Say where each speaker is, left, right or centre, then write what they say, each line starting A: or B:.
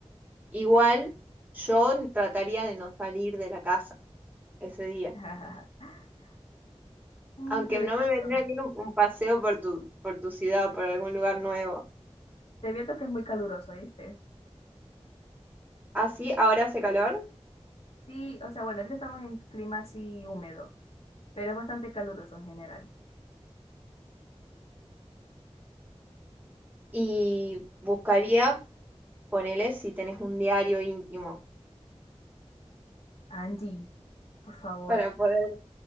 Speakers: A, on the right (about 15°); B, on the left (about 60°).
A: igual, yo trataría de no salir de la casa ese día.
B: <laughs> Mm,
A: Aunque
B: tienes
A: no me
B: razón.
A: vendría bien un, un paseo por tu, por tu ciudad, por algún lugar nuevo.
B: Te advierto que es muy caluroso, ¿viste?
A: Así, ahora hace calor
B: Sí, o sea, bueno, ahorita estamos en clima así húmedo, pero es bastante caluroso en general.
A: y buscaría Ponele si tenés un diario íntimo
B: Angie, por favor.
A: para poder.